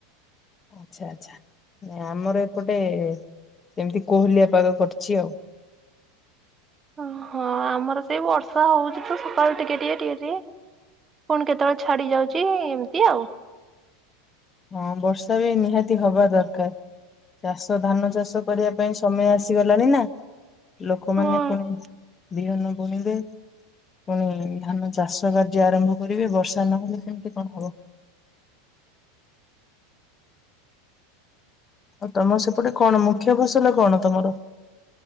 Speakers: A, on the left; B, on the right.
A: ଆଚଛା ଆଚଛା ଆମର ଏପଟେ ସେମିତି କୋହଲିଆ ପାଗ କରିଛି ଆଉ।
B: ଓହଁ ଆମର ସେଇ ବର୍ଷା ହଉଛି ତ ସକାଳୁ ଟିକେ ଟିକେ ଟିକେ ଟିକେ ପୁଣି କେତେବେଳେ ଛାଡି ଯାଉଛି ଏମିତି ଆଉ।
A: ହଁ ବର୍ଷା ବି ନିହାତି ହବା ଦରକାର ଚାଷ ଧାନ ଚାଷ କରିବା ପାଇଁ ସମୟ ଆସିଗଲାଣି ନା? ଲୋକମାନେ
B: ହଁ
A: ପୁଣି ବିହନ ବୁଣିବେ ପୁଣି ଧାନ ଚାଷ କାର୍ଯ୍ୟ ଆରମ୍ଭ କରିବେ ବର୍ଷା ନହେଲେ କେମତି କଣ ହବ। ଆଉ ତମ ସେପଟ କଣ ମୁଖ୍ୟ ଫସଲ । ଲ କଣ ତମର?